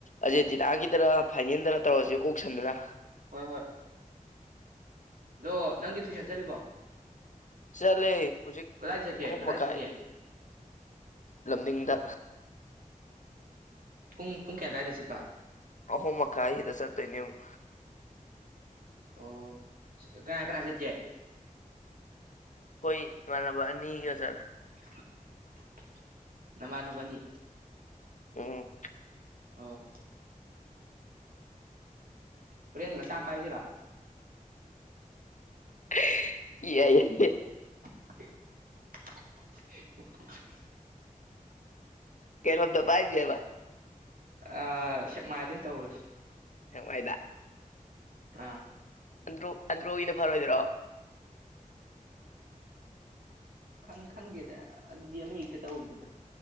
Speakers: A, on the left (about 60°); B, on the right (about 85°).
A: ꯑꯖꯦꯇꯤꯅꯥꯒꯤꯗꯔ ꯐꯥꯏꯅꯦꯜꯗ ꯇꯧꯔꯖꯦ ꯑꯣꯛ ꯁꯟꯗꯨꯅ
B: ꯍꯣꯏ ꯍꯣꯏ ꯑꯗꯣ ꯅꯪꯗꯤ ꯇꯨꯏꯁꯟ ꯆꯠꯂꯤꯕꯣ
A: ꯆꯠꯂꯦ ꯍꯧꯖꯤꯛ
B: ꯀꯗꯥꯏ
A: ꯄꯨꯡ
B: ꯆꯠꯀꯦ
A: ꯑꯍꯨꯝ
B: ꯀꯗꯥꯏ
A: ꯃꯈꯥꯏ
B: ꯆꯠꯀꯦ
A: ꯂꯝꯗꯤꯡꯗ
B: ꯄꯨꯡ ꯄꯨꯡ ꯀꯌꯥ ꯑꯋꯥꯏꯗ ꯆꯠꯄ
A: ꯑꯍꯨꯝ ꯃꯈꯥꯏꯁꯤꯗ ꯆꯠꯇꯣꯏꯅꯦ ꯑꯃꯨꯛ
B: ꯑꯣ ꯀꯅꯥ ꯀꯅꯥ ꯆꯠꯀꯦ
A: ꯈꯣꯏ ꯏꯃꯥꯟꯅꯕ ꯑꯅꯤꯒ ꯆꯠꯂꯦ
B: <inaudible> ꯅꯃꯥꯟꯅꯕꯅꯤ
A: ꯎꯝ
B: ꯑꯣ ꯍꯣꯔꯦꯟ ꯃꯆꯥ ꯑꯃ ꯄꯥꯏꯁꯤꯔꯥ
A: <unintelligible> ꯌꯥꯏꯌꯦ
B: <inaudible>
A: ꯀꯩꯅꯣꯗ ꯄꯥꯏꯖꯦꯕ
B: ꯑ ꯁꯦꯛꯃꯥꯏꯗ ꯑꯣꯏꯅ ꯇꯧꯔꯨꯁꯤ
A: ꯁꯦꯛꯃꯥꯏꯗ
B: ꯑꯥ
A: ꯑꯟꯗ꯭ꯔꯣ ꯑꯟꯗ꯭ꯔꯣꯒꯤꯅ ꯐꯔꯣꯏꯗ꯭ꯔꯣ
B: ꯈꯪ ꯈꯪꯗꯦꯗ ꯑꯗꯨꯗꯤ ꯑꯃ ꯍꯦꯛꯇ ꯇꯧꯔꯨꯁꯤꯗ